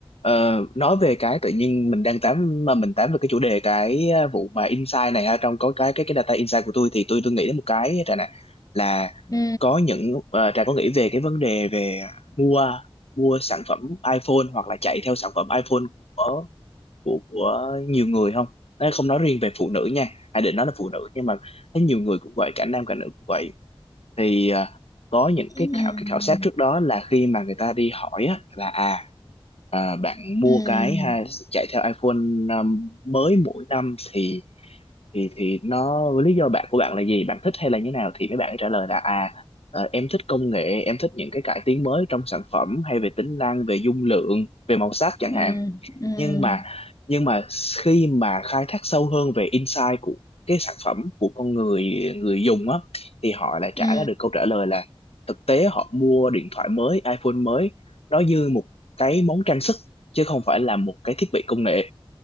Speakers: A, on the left; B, on the left.
A: Ờ, nói về cái tự nhiên mình đang tám mà mình tám về cái chủ đề cái ờ, vụ mà insight này ha trong có cái cái cái data insight của tôi thì tôi tôi nghĩ đến một cái trà này là
B: ừ
A: có những ờ, trà có nghĩ về cái vấn đề về mua mua sản phẩm iPhone hoặc là chạy theo sản phẩm iPhone của của của nhiều người không Đấy, không nói riêng về phụ nữ nha Hải định nói là phụ nữ nhưng mà thấy nhiều người cũng vậy cả nam cả nữ cũng vậy thì à, có những cái
B: ừ
A: khảo cái khảo sát trước đó là khi mà người ta đi hỏi á, là à, à bạn mua
B: ừ
A: cái ha, chạy theo iPhone à, mới mỗi năm thì thì thì nó lý do bạn của bạn là gì bạn thích hay là như nào thì mấy bạn ấy trả lời là à ờ, em thích công nghệ em thích những cái cải tiến mới trong sản phẩm hay về tính năng về dung lượng về màu sắc chẳng
B: ừ
A: hạn
B: ừ ừ
A: nhưng mà nhưng mà khi mà khai thác sâu hơn về insight của cái sản phẩm của con người người dùng á thì họ lại
B: ừ,
A: trả ra được câu trả lời là thực tế họ mua điện thoại mới iPhone mới nó như một cái món trang sức chứ không phải là một cái thiết bị công nghệ